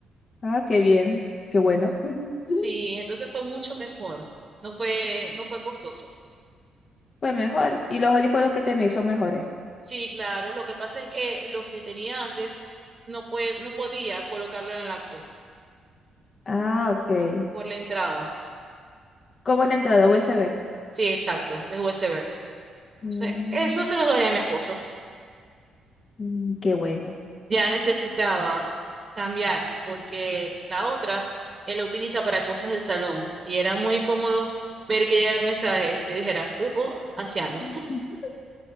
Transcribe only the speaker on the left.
Ah, qué bien. Qué bueno. <laughs>
Pues mejor. ¿Y los audífonos que tenéis son mejores?
Ah, ok.
¿Cómo es la entrada USB?
Mm,
mm, qué bueno.
<laughs>